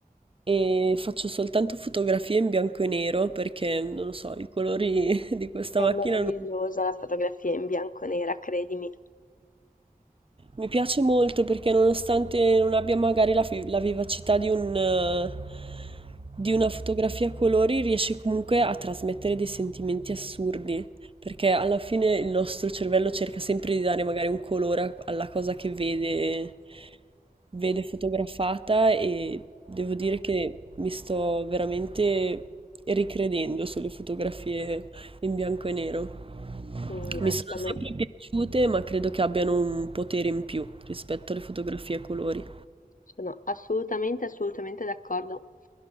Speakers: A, on the right; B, on the left.
A: e faccio soltanto fotografie in bianco e nero perché non lo so, i colori <laughs> di questa
B: È
A: macchina
B: meravigliosa
A: non...
B: la fotografia in bianco e nera, credimi.
A: Mi piace molto perché nonostante non abbia magari la, fi- la vivacità di un, eh, di una fotografia a colori, riesce comunque a trasmettere dei sentimenti assurdi, perché alla fine il nostro cervello cerca sempre di dare magari un colore a- alla cosa che vede, vede fotografata e devo dire che mi sto veramente ricredendo sulle fotografie in bianco e nero.
B: Mm,
A: Mi
B: no, secondo
A: sono sempre piaciute, ma credo che abbiano un potere in più rispetto alle fotografie a colori.
B: Sono assolutamente, assolutamente d'accordo.